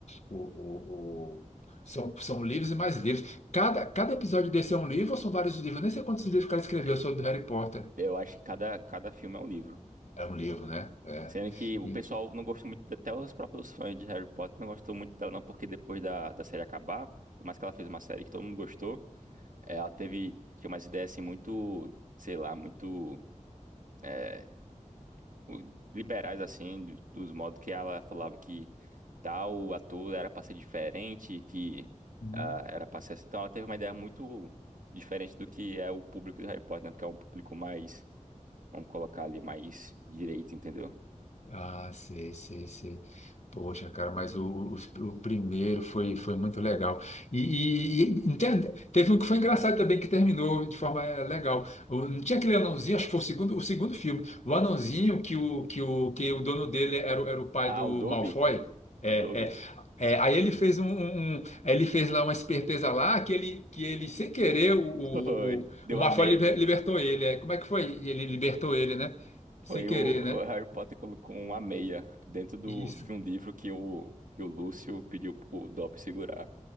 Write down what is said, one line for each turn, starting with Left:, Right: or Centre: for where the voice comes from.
Left: O, o, o- São, são livros e mais livros. Cada, cada episódio desse é um livro ou são vários livros? Eu Nem sei quantos livros que ela escreveu
Right: E-
Left: sobre Harry Potter.
Right: Eu acho que cada, cada filme é um livro.
Left: É um livro, né? É.
Right: Sendo que o
Left: E...
Right: pessoal não gostou muito, até os próprios fãs de Harry Potter não gostou muito dela, não, porque depois da, da série acabar, por mais que ela fez uma série que todo mundo gostou, eh, ela teve, tinha umas ideias assim muito, sei lá, muito eh, o- liberais, assim, do- dos modos que ela falava que tal ator era pra ser diferente, que
Left: Hum.
Right: ah, era pra ser assim. Então ela teve uma ideia muito diferente do que é o público de Harry Potter, né? Porque é um público mais, vamos colocar ali, mais direito, entendeu?
Left: Ah, sei, sei, sei. Poxa, cara, mas o, o, o primeiro foi, foi muito legal. E, e, e, entende? Teve um que foi engraçado também, que terminou de forma eh, legal. O- Não tinha aquele anãozinho, acho que foi o segundo, o segundo filme. O anãozinho que o, que o, que o dono dele era, o- era o pai
Right: Ah,
Left: do
Right: o Dobby?
Left: Malfoy. É,
Right: O Dobby.
Left: é. É, aí ele fez um, um- um- ele fez lá uma esperteza lá que ele, que ele sem querer o, o,
Right: Foi.
Left: o,
Right: Deu
Left: o Malfoy
Right: a meia.
Left: liber-
Right: né?
Left: libertou ele. É. Como é que foi? Ele libertou ele, né? Sem
Right: Foi
Left: querer,
Right: o, o
Left: né?
Right: Harry Potter colocou uma meia dentro do,
Left: Isso.
Right: de um livro que o, que o Lúcio pediu pro Dobby segurar.